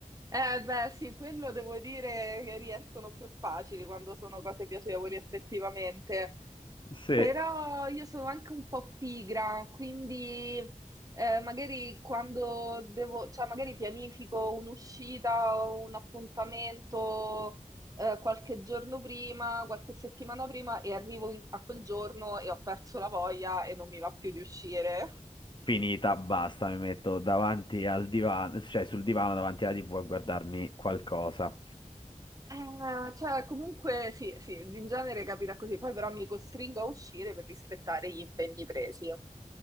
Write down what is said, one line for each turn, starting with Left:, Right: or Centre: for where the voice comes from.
Right: eh beh, sì, quello devo dire che riescono più facili quando sono cose piacevoli effettivamente,
Left: Sì,
Right: però io sono anche un po' pigra, quindi eh, magari quando devo, cioè magari pianifico un'uscita o un appuntamento eh, qualche giorno prima, qualche settimana prima e arrivo in- a quel giorno e ho perso la voglia e non mi va più di uscire.
Left: Finita, basta, mi metto davanti al divano, cioè sul divano davanti alla TV a guardarmi qualcosa.
Right: Eh, cioè, comunque sì, sì, in genere capita così, poi però mi costringo a uscire per rispettare gli impegni presi.